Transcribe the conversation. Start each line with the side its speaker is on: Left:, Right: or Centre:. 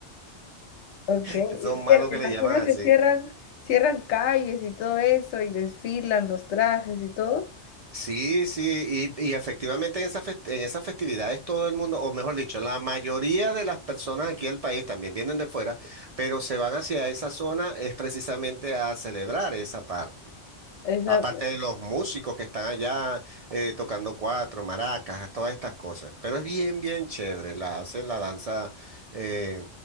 Left: Ok.
Right: <laughs>
Left: Y
Right: son malos
Left: cier- me
Right: que
Left: imagino
Right: le llaman así.
Left: que cierran, cierran calles y todo eso, y desfilan los trajes y todo.
Right: Sí, sí, y, y efectivamente en esas fest- en esas festividades todo el mundo, o mejor dicho, la mayoría de las personas aquí del país también vienen de fuera, pero se van hacia esa zona es precisamente a celebrar esa parte.
Left: Esa,
Right: Aparte de los músicos que están allá eh, tocando cuatro, maracas, todas estas cosas. Pero es bien, bien chévere. La hacen la danza. eh,